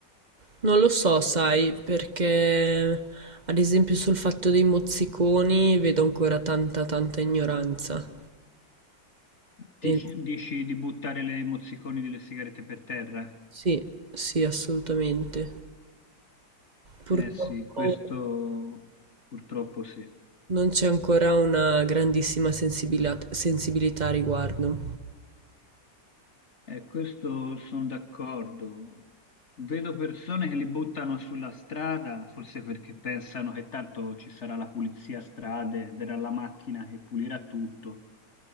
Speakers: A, on the right; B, on the left.
A: Non lo so, sai, perché ad esempio sul fatto dei mozziconi vedo ancora tanta, tanta ignoranza.
B: dici,
A: E-
B: dici di buttare le mozziconi delle sigarette per terra?
A: sì, sì, assolutamente. Purtroppo
B: Eh sì, questo purtroppo sì.
A: non c'è ancora una grandissima sensibilità, sensibilità a riguardo.
B: Eh, questo sono d'accordo. Vedo persone che li buttano sulla strada, forse perché pensano che tanto ci sarà la pulizia a strade, verrà la macchina che pulirà tutto.